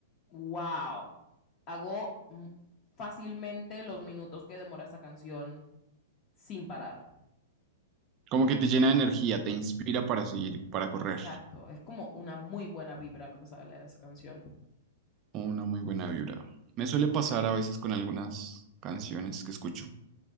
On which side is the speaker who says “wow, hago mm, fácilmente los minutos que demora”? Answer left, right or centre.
Left